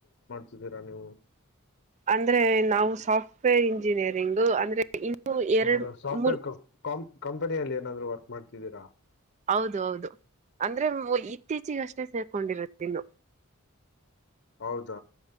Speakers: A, on the left; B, on the right.
A: ಸುಬಿರ <inaudible> ನೀವು.
B: ಅಂದ್ರೆ ನಾವು ಸಾಫ್ಟ್ವೇರ್ ಇಂಜಿನಿಯರಿಂಗು ಅಂದ್ರೆ. ಇನ್ನು ಎರಡು
A: ಹೌದಾ ಸಾಫ್ಟ್ವೇರ್
B: ಮೂರ್
A: ಕಂ ಕಂಪನಿಯಲ್ಲಿ ಏನಾದ್ರು ವರ್ಕ್ ಮಾಡ್ತಿದ್ದೀರ
B: ಹೌದು ಹೌದು ಅಂದ್ರೆ ಇತ್ತೀಚಗಷ್ಟೇ ಸೇಕೊಂಡಿರೋದು ಇನ್ನು
A: ಹೌದ